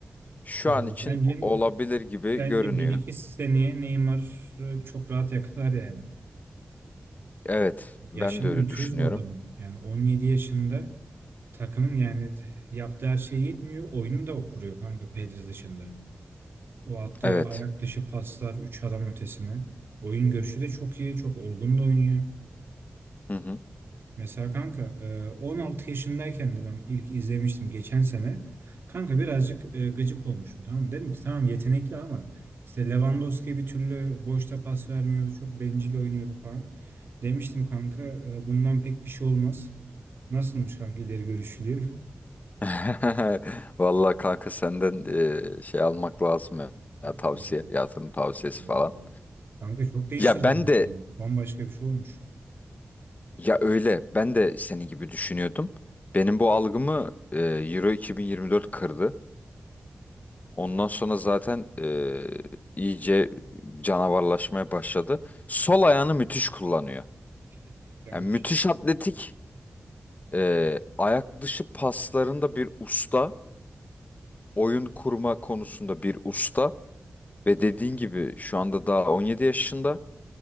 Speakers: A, on the left; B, on the right.
A: Şu
B: Ee,
A: an için
B: bence
A: olabilir gibi
B: bence
A: görünüyor.
B: bir iki seneye Neymar e, çok rahat yakalar yani.
A: Evet,
B: Yaşını
A: ben de öyle
B: unutuyoruz
A: düşünüyorum.
B: bu adamın. Yani 17 yaşında takımın yani yaptığı her şey yetmiyor. Oyunu da kuruyor kanka Pedri dışında. O attığı
A: Evet.
B: ayak dışı paslar 3 adam ötesine. Oyun görüşü de çok iyi. Çok olgun da oynuyor.
A: Hı hı.
B: Mesela kanka e, 16 yaşındayken de ben ilk izlemiştim geçen sene. Kanka birazcık e, gıcık olmuşum tamam mı? Dedim ki tamam yetenekli ama işte Lewandowski bir türlü boşta pas vermiyordu. Çok bencil oynuyordu falan. Demiştim kanka e, bundan pek bir şey olmaz. Nasılmış kanka ileri görüşlüyüm?
A: <laughs> Vallahi kanka senden e, şey almak lazım ya.
B: <laughs>
A: Ya tavsiye,
B: Eyvallah.
A: yatırım tavsiyesi
B: Eyvallah.
A: falan.
B: Kanka çok değiştirdi
A: Ya ben
B: ama
A: de
B: kendini. Bambaşka bir şey olmuş.
A: ya öyle, ben de senin gibi düşünüyordum. Benim bu algımı e, Euro 2024 kırdı. Ondan sonra zaten e, iyice canavarlaşmaya başladı. Sol ayağını müthiş kullanıyor.
B: Gerçekten
A: Yani
B: müthiş.
A: müthiş atletik, e, ayak dışı paslarında bir usta, oyun kurma konusunda bir usta ve dediğin gibi şu anda daha 17 yaşında.